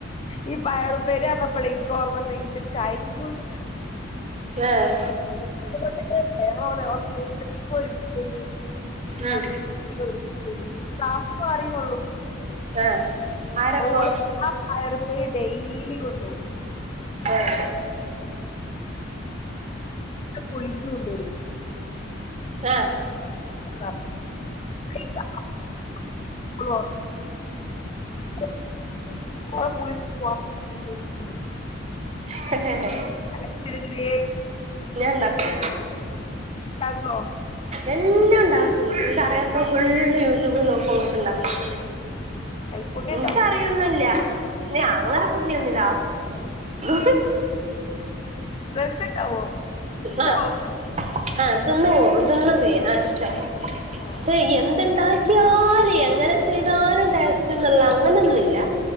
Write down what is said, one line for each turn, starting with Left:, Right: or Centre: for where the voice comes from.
Left: ഈ പയർ ഉപ്പേരിപറഞ്ഞപ്പളെ ഇക്ക് ഓർമ്മവന്നെ ഇന്റെ ചൈൽഡ്ഹുഡ.
Right: ഏഹ്.
Left: <unintelligible> <unintelligible>
Right: ഉം
Left: ശെരി ശെരി ക്ലാസ്റ്റ് മാറിന്നൊള്ളു
Right: ആഹ് ആരപ്പോ
Left: ഓള് ആഹ് പറയറുപ്പേരി ഡെയിലി കൊണ്ടോവും.
Right: ഏഹ്.
Left: <inaudible> പുളിഞ്ചി കൊണ്ടോരും. <inaudible> <inaudible> <inaudible>
Right: ആഹ്
Left: ഓളെകുളി <unintelligible> <unintelligible>
Right: ഹെഹെ.
Left: <unintelligible>
Right: ഉണ്ടാക്കും
Left: ണ്ടാക്കൊ.
Right: എലോംണ്ടാക്കും നിക്കറിയാത്ത ഫുള്ള് യൂട്യൂബ് നോക്കും ന്നിട്ട് ഇണ്ടാക്കും.
Left: കൈപ്പുണ്യം
Right: നിക്കറിയൊന്നുല്ല
Left: ഉണ്ടാവും
Right: ഞാങ്ങനെ പുണ്യൊന്നും <unintelligible> <unintelligible>
Left: രസണ്ടാവോ ഇഷ്ടാവോ.
Right: ആഹ് ആഹ് തിന്നുപോവും തിന്നുംചെയ്യും ആ ഇഷ്ട
Left: ആ
Right: പക്ഷെ എന്ത്ണ്ടാ ക്ക്യാലും എങ്ങനെ ചെയ്താലും ടേസ്റ്റ്ന്നുള്ള അങ്ങനെയൊന്നുല്ല.